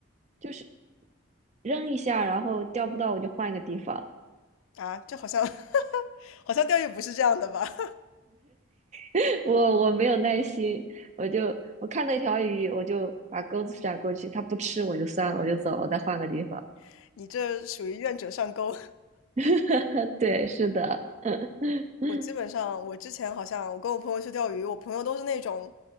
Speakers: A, on the right (about 35°); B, on the left (about 75°).
A: 就是扔一下，然后钓不到我就换一个地方，
B: 啊？这好像 <laughs> 好像钓鱼不是这样的吧？
A: <laughs> 我我没有耐心，我就我看那条鱼，我就把钩子甩过去，它不吃我就算了，我就走了，我再换个地方，
B: <laughs> 你这属于愿者上钩。
A: <laughs> 对，是的，<laughs>
B: <laughs> 我基本上，我之前好像我跟我朋友去钓鱼，我朋友都是那种